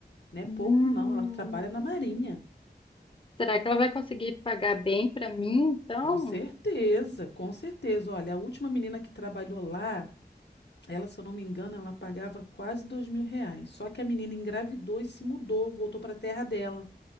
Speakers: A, on the left; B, on the left.
A: né?
B: Hum.
A: Pouco não, ela trabalha na Marinha.
B: Será que ela vai conseguir pagar bem para mim, então?
A: Com certeza, com certeza. Olha, a última menina que trabalhou lá, ela, se eu não me engano, ela pagava quase dois mil reais. Só que a menina engravidou e se mudou, voltou para a terra dela.